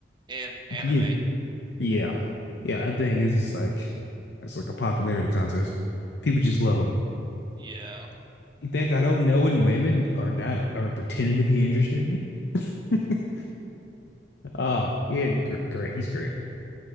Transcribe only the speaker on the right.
in anime.
Yeah.
He